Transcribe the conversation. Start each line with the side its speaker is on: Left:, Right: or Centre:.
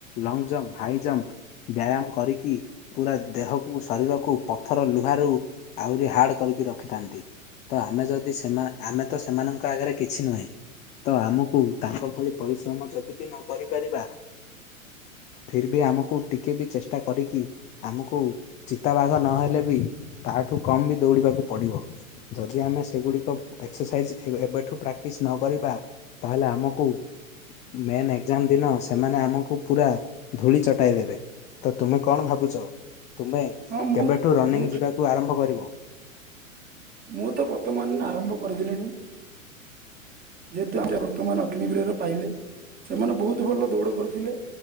Left: ଲଙ୍ଗ ଜମ୍ପ ହାଇ ଜମ୍ପ ବ୍ୟାୟାମ କରିକି ପୁରା ଦେହକୁ ଶରୀରକୁ ପଥର ଲୁହାରୁ ଆହୁରି ହାର୍ଡ କରିକି ରଖିଥାନ୍ତି ତ ଆମେ ଯଦି ସେ ଆମେ ତ ସେମାନଙ୍କ ଆଗରେ କିଛି ନୁହେଁ। ତ ଆମକୁ ତାଙ୍କ ଭଳି ପରିଶ୍ରମ ଯଦି ବି ନ କରି ପାରିବା। ଫିର୍ ବି ଆମକୁ ଟିକେ ବି ଚେଷ୍ଟା କରିକି ଆମକୁ ଚିତାବାଘ ନହେଲେ ବି ତା ତାଠୁ କମ୍ ବି ଦୌଡ଼ିବାକୁ ପଡ଼ିବ ଯଦି ଆମେ ସେଗୁଡ଼ିକ ଏକ୍ସରସାଇଜ୍ ଏବେଠୁ ପ୍ରାକ୍ଟିସ୍ ନ କରିବା ତାହେଲେ ଆମକୁ ମେନ୍ ଏଜ୍ଜାମ ଦିନ ସେମାନେ ଆମକୁ ପୁରା ଧୂଳି ଚଟାଇ ଦେବେ ତ ତୁମେ କଣ ଭାବୁଛ? ତୁମେ
Right: ହଁ ମୁଁ
Left: କେବେଠୁ ରନିଂ
Right: ମୁଁ
Left: ଯିବାକୁ ଆରମ୍ଭ କରିବ?
Right: ମୁଁ ତ ବର୍ତ୍ତମାନ ଆରମ୍ଭ କରିଦେଲିିଣି। ଯେହେତୁ ଆମ ବର୍ତ୍ତମାନ ଅଗ୍ନିବୀରରେ ପାଇଲେ ସେମାନେ ବହୁତ ଭଲ ଦୌଡ଼ କରୁଥିଲେ।